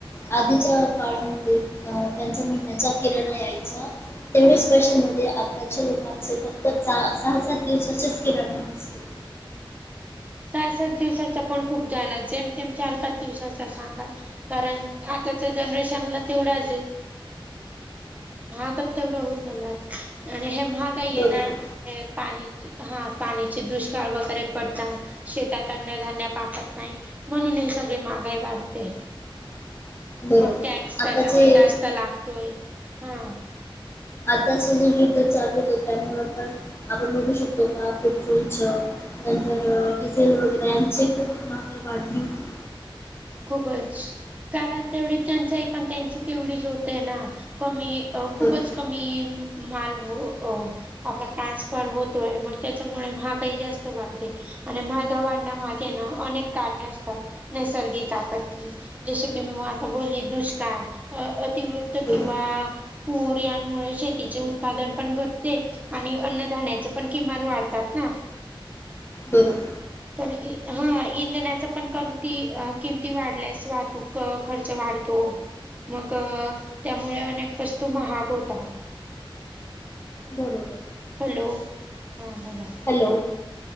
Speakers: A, on the left (about 25°); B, on the right (about 15°).
A: आधीच्या काळामध्ये अ, त्यांचा महिन्याचा किराणा यायचा तेवढ्याच पैशांमध्ये आताच्या लोकांचे फक्त सहा सात दिवसाच्याच किराणा असते.
B: चहा सात दिवसाचा पण खूप झाला, जेमतेम चार पाच दिवसाचा सांगा. कारण आताच्या जनरेशनला तेवढंच <unintelligible> महागच तेवढं होऊन गेलाय, आणि हे महाग ये
A: बरोबर
B: ना हे पाणी हां पाणीचे दुष्काळ वगैरे पडतात. शेतात अन्न धान्य पाकत नाही, म्हणून हे सगळे महागाई वाढते.
A: <unintelligible> <inaudible>
B: मग टॅक्स त्याच्यावर
A: आताचे
B: जास्त लागतोय, हा.
A: आताच जे नित चालवत हो त्यामुळे पण आपण बघू शकतो का पेट्रोलच नंतर डिझेल वगैरे, यांची खूप महागाई वाढली होती.
B: खूपच, कारण तेवढी टंचाई पण त्यांची तेवढीच होते ना, कमी
A: बरोबर
B: खूपच कमी मालव आपला ट्रान्सफर होतोय, मग त्याच्यामुळे हा काही जास्त वाढते. आणि मग वाढण्या मागे ना अनेक काढणे असतात नैसर्गिक आपत्ती. जस की मी मग आता बोलली दुष्काळ अतिवृत्त
A: बरोबर
B: किंवा. पोरयामुळे शेतीचे उत्पादन पण घटते. आणि अन्नधान्याचे पण किमान वाढतात ना.
A: हम.
B: तर हा इंधनाच पण कमती. किमती वाढल्यास वाहतूक खर्च वाढतो. मग त्यामुळे अनेक वस्तू महाग होतात.
A: बरोबर.
B: हॅलो हां बोला.
A: हॅलो